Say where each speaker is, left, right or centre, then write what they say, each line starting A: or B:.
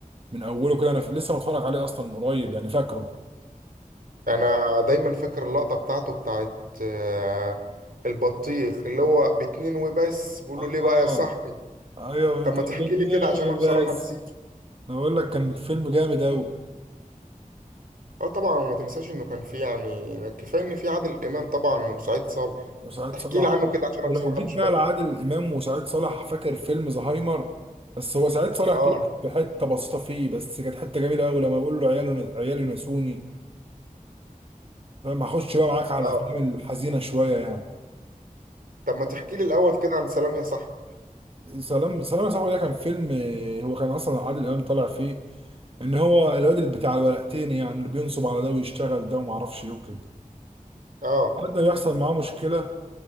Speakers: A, on the right; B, on the right.
A: من اوله كده انا ف- لسه متفرج عليه اصلا من قريب يعني فاكره
B: انا دايما فاكر اللقطة بتاعته بتاعت آه، البطيخ اللي هو باتنين وبس بقول
A: اه
B: له ليه بقى يا صاحبي
A: ايوه
B: طب
A: طب
B: ما تحكي
A: اتنين
B: لي كده عشان انا بصراحة
A: بس
B: نسيته
A: انا بقول لك كان فيلم جامد قوي
B: اه طبعا وما تنساش انه كان في يعني كفاية ان في عادل امام طبعا وسعيد صالح
A: وسعيد
B: تحكي
A: صالح
B: لي
A: آه.
B: عنه كده عشان انا
A: ولو
B: بصراحة
A: جيت
B: مش
A: بقى
B: فاكره
A: لعادل امام وسعيد صالح فاكر فيلم زهايمر بس هو سعيد صالح
B: اه
A: طلع في حته بسيطه فيه بس كانت حته جميله قوي لما بقول له عياله عيالي نسوني فاهم هخش بقى معاك على
B: اه
A: الافلام الحزينه شويه يعني
B: طب ما تحكي لي الاول كده عن سلام يا صاحبي
A: سلام سلام يا صاحبي ده كان فيلم آه، هو كان اصلا عادل امام طالع فيه ان هو الواد اللي بتاع الورقتين يعني اللي بينصب على ده ويشتغل ده وما اعرفش ايه وكده
B: اه
A: حد يحصل معاه مشكله